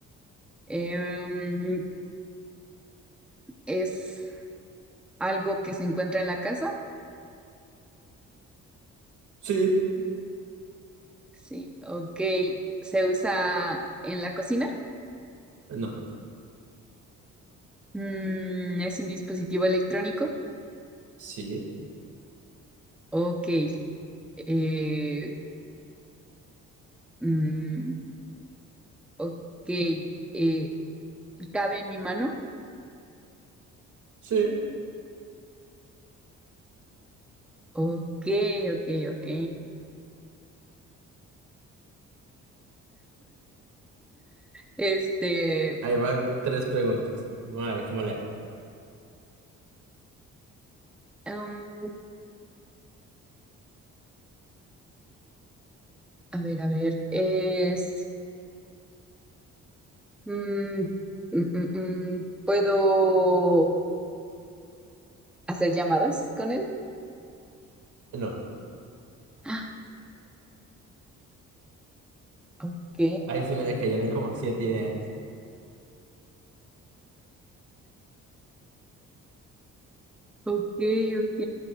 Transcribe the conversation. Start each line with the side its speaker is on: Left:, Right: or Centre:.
Centre: Em, ¿es algo que se encuentra en la casa?
Right: sí,
Centre: Sí. Ok. ¿Se usa en la cocina?
Right: no,
Centre: Mm, ¿es un dispositivo electrónico?
Right: sí,
Centre: Ok. Eh, mm, ok. Eh, ¿cabe en mi mano?
Right: sí.
Centre: Ok, ok, ok. Este,
Right: Ahí van tres preguntas. Vamos a ver cómo le hago.
Centre: em, a ver, a ver. ¿Es... Mm, mm, mm, mm. ¿Puedo hacer llamadas con él?
Right: No,
Centre: Ah, ok,
Right: ahí se me le cayeron como siete ideas.
Centre: ok, ok.